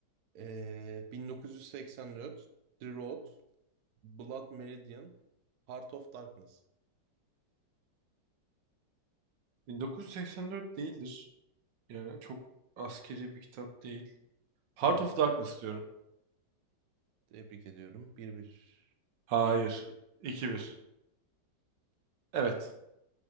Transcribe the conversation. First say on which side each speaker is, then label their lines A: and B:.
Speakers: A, on the right; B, on the right.
A: Ee, 1984, The Road, Blood Meridian, Heart of Darkness.
B: 1984 değildir. Yani çok askeri bir kitap değil. Heart
A: Hı hı.
B: of Darkness diyorum.
A: Tebrik ediyorum. bir bir
B: Hayır.
A: değil iki bir.
B: 2 bir. Evet.